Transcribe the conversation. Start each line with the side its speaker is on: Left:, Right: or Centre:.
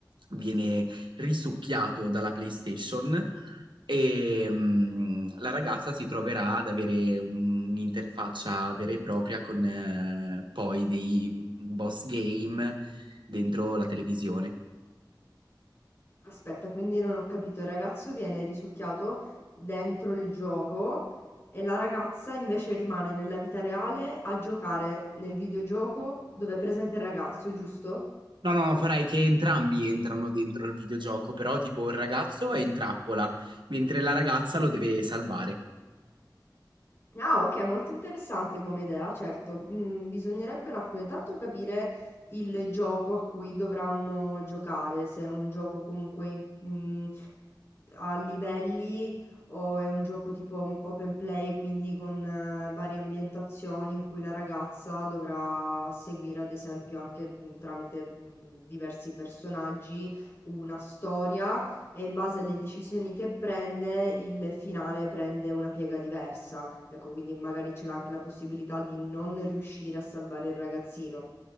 Right: viene risucchiato dalla PlayStation e mm, la ragazza si troverà ad avere un'interfaccia vera e propria con eh, poi dei boss game dentro la televisione.
Left: Aspetta, quindi non ho capito, il ragazzo viene risucchiato dentro il gioco e la ragazza invece rimane nella vita reale a giocare nel videogioco dove è presente il ragazzo, giusto?
Right: No, no, farei che entrambi entrano dentro il videogioco, però tipo il ragazzo è in trappola, mentre la ragazza lo deve salvare.
Left: Ah, ok, molto interessante come idea, certo. Mm, bisognerebbe un attimo intanto capire il gioco a cui dovranno giocare, se è un gioco comunque mm, a livelli o è un gioco tipo open play, quindi con eh, varie ambientazioni in cui la ragazza dovrà seguire, ad esempio, anche mm, tramite mm, diversi personaggi una storia e in base alle decisioni che prende, il finale prende una piega diversa. Ecco, quindi magari c'è anche la possibilità di non riuscire a salvare il ragazzino.